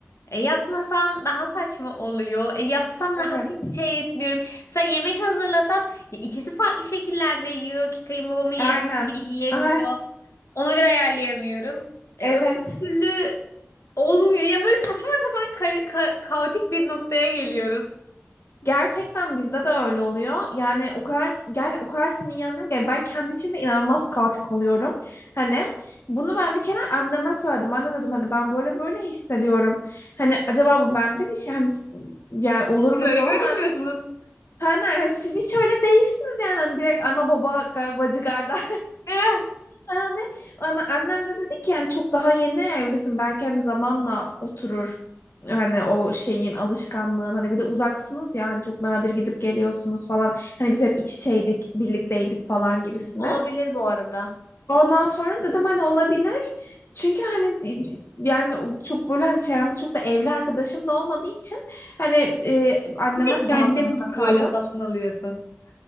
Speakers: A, on the left (about 75°); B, on the left (about 55°).
A: E, yapmasam daha saçma oluyor. E, yapsam
B: Evet,
A: rahat hiç şey etmiyorum. Mesela yemek hazırlasam ya ikisi farklı şekillerde yiyor ki kayınbabamın ye
B: aynen.
A: şey yiyemiyor.
B: Aha,
A: Ona göre ayarlayamıyorum. E,
B: evet.
A: öbür türlü olmuyor. Yani böyle saçma sapan ka- ka- kaotik bir noktaya geliyoruz.
B: Gerçekten bizde de öyle oluyor. Yani o kadar ger o kadar seni iyi anlıyorum ki yani ben kendi içimde inanılmaz kaotik oluyorum. Hani bunu ben bir kere anneme söyledim. Anne dedim hani ben böyle böyle hissediyorum. Hani acaba bu bende bir şey hani s- yani olur
A: Siz
B: mu
A: öyle
B: falan.
A: gözükmüyorsunuz.
B: Hani siz hiç öyle değilsiniz yani Hani direkt ana baba ga- bacı kardeş
A: Eh,
B: yani ana- annem de dedi ki yani çok daha yeni evlisin belki hani zamanla oturur hani o şeyin alışkanlığın hani bir de uzaksınız ya hani çok nadir gidip geliyorsunuz falan hani biz hep iç içeydik birlikteydik falan gibisine.
A: Olabilir bu arada.
B: Ondan sonra dedim hani olabilir çünkü hani yani o çok böyle hani çevremde çok da evli arkadaşım da olmadığı için hani e, anneme
A: bir tek
B: sormak
A: bende
B: durumunda
A: mi bu
B: kaldım.
A: böyle falan alıyorsun?